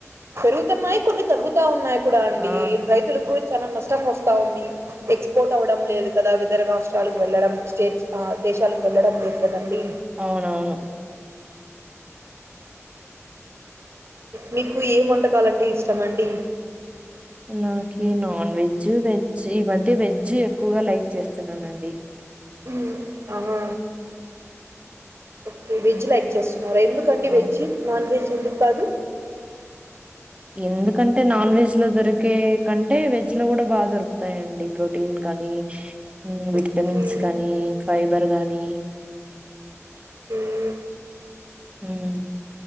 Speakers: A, on the right; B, on the right.
A: పెరుగుతున్నాయి కొన్ని తగ్గుతా ఉన్నాయి కూడా అండి
B: ఆ!
A: రైతులకు కూడా చాలా నష్టం వస్తా ఉంది ఎక్స్పోర్ట్ అవ్వడం లేదు కదా వితర రాష్ట్రాలకు వెళ్ళడం స్టేట్స్ దేశాలకు వెళ్లడం లేదు కదండి
B: అవునవును
A: మీకు ఏం వంటకాలంటె ఇష్టమండి
B: నాకి నాన్ వెజ్ వెజ్ ఈ మధ్య వెజ్ ఎక్కువగా లైక్ చేస్తున్నానండి
A: హుమ్మ్ ఆహా ఓకే వెజ్ లైక్ చేస్తా ఎందుకండి
B: అవును.
A: వెజ్ నాన్ వెెజ్ ఎందుక్కాదు
B: ఎందుకంటే నాన్ వెజ్ లో దొరికే కంటే వెజ్ లో కూడా బాగా దొరుకుతాయండి ప్రోటీన్ కాగానీ విటమిన్స్
A: ఓకే
B: కానీ ఫైబర్ గానీ
A: ఓకే
B: హ్మ్మ్